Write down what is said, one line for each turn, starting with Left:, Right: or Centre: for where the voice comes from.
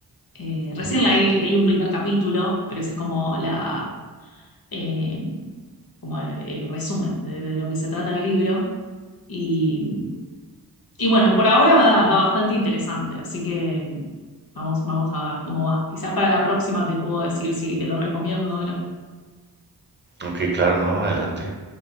Left: Eh, recién
Right: ujú.
Left: leí, leí un primer capítulo, pero ese es como la, eh, como el, el resumen de, de lo que se trata el libro. Y, y bueno, por ahora va, va bastante interesante, así que vamos, vamos a ver cómo va. Quizás para la próxima te puedo decir si te lo recomiendo o no.
Right: Ok, claro, no, adelante,